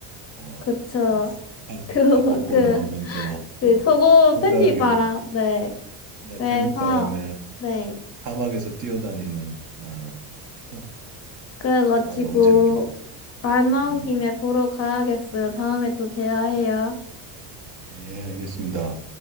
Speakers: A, on the right; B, on the left.
A: 어,
B: 그쵸.
A: 다,
B: <laughs>
A: 다 벗고
B: 그, 그,
A: 나오면서, 어,
B: 그, 저거
A: 황당하게
B: 팬티 바람.
A: 그
B: 네.
A: 네,
B: 그래서,
A: 팬딧바람에
B: 네.
A: 사막에서 뛰어다니는 아, <laughs>
B: 그래가지고,
A: 아, 너무 재밌게 봤어요.
B: 말 나온
A: 음,
B: 김에 보러 가야겠어요. 다음에 또 대화해요.
A: 음. 예, 알겠습니다.